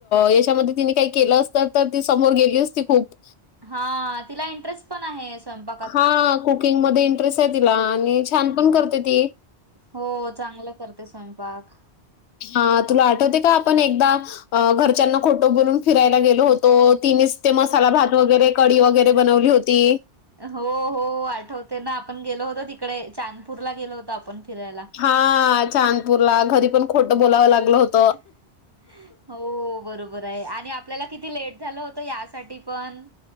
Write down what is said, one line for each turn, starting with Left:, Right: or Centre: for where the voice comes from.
Left: याच्यामध्ये तिने काही केलं अस त, तर ती समोर गेली असती खूप
Right: हा तिला इंटरेस्ट पण आहे स्वयंपाक
Left: हा कुकिंगमध्ये इंटरेस हाय तिला आणि छान
Right: हा.
Left: पण करते ती.
Right: हो चांगलं करते स्वयंपाक.
Left: हा तुला आठवतय का? आपण एकदा अ घरच्यांना खोट बोलून फिरायला गेलो होतो. तीनीच ते मसाला भात वगैरे कडी वगैरे बनवली होती.
Right: हो हो, आठवतय ना, आपण गेलो होतो तिकडे चांदपूरला गेलो होतो आपण फिरायला.
Left: हा चादपूर ला घरी पण खोटं बोलावं लागलं होत.
Right: हो. हो बरोबर हाय आणि आपल्याला किती लेट झालं होतं? यासाठी पण